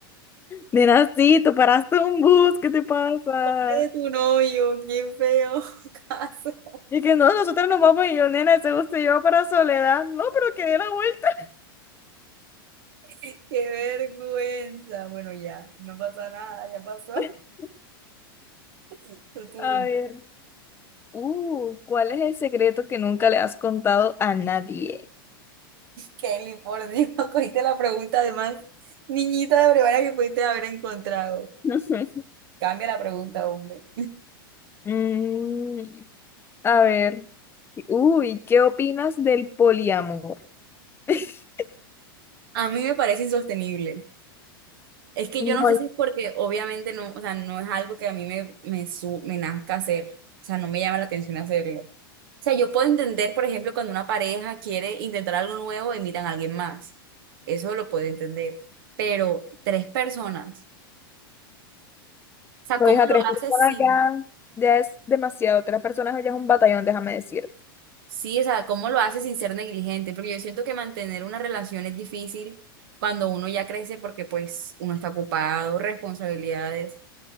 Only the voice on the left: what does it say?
Nena, sí, tú paraste un bus, ¿qué te pasa?
Y que no, nosotros nos vamos y yo, nena, ese bus te lleva para Soledad. No, pero que dé la vuelta.
<laughs>
A ver, uh, ¿cuál es el secreto que nunca le has contado a nadie?
<laughs>
Mm, a ver, uy, ¿qué opinas del poliamor? <laughs>
No,
Lo
dije a
tres personas
ya, ya es demasiado. Tres personas ya es un batallón, déjame decir.